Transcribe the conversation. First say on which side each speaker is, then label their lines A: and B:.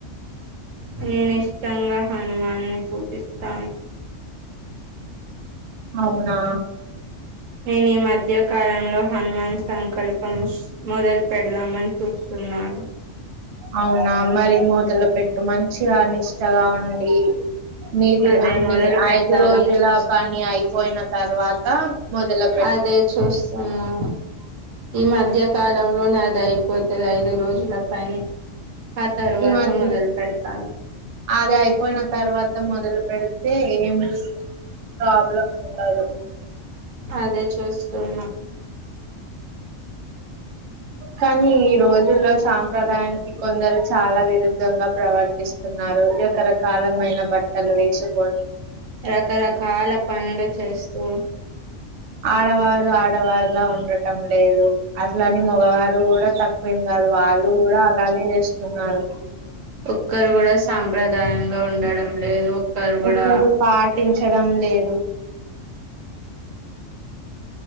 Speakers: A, on the right; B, on the right.
A: నేను ఇష్టంగా హనుమాన్ ని పూజిస్తాను
B: అవునా
A: నేను ఈ మధ్య కాలంలో హనుమాన్ సంకల్పంస్ మొదలు పెడదామని చూ తున్నాను
B: అవునా మరి మొదలు పెట్టు మంచిగా నిష్టగా ఉండి మీది
A: అదే
B: అన్ని
A: మొదలు పెట్టాలని
B: ఐదు రోజుల
A: చూస్తు
B: పని అయిపోయిన తర్వాత తా మొదల పె
A: అదే చూస్తున్నాను ఈ మధ్య కాలంలో నాది అయిపోతది ఐదు రోజుల పని ఆ తరువాత
B: ఈ మధ్య
A: మొదలు పెడతాను
B: అది అయిపోయిన తర్వాత మొదలు పెడితే ఏమి ప్రాబ్లం ఉండదు
A: అదే చూస్తున్నా
B: కానీ ఈ రోజుల్లో సాంప్రదాయానికి కొందరు చాలా విరుద్ధంగా ప్రవర్తిస్ తున్నారు రకరకాల మైన బట్టలు వేసుకొని
A: రకరకాల పనులు చేస్తూ
B: ఆడవారు ఆడవారులా ఉండటం లేదు అట్లని మగవారు కూడా త వేం గాదు వాళ్ళు గూడా అలాగే చేస్తున్నారు
A: ఒక్కరు కూడా సాంప్రదాయంగా ఉండడం లేదు ఒక్కరు కూడా
B: ఒకరు పాటించడం లేదు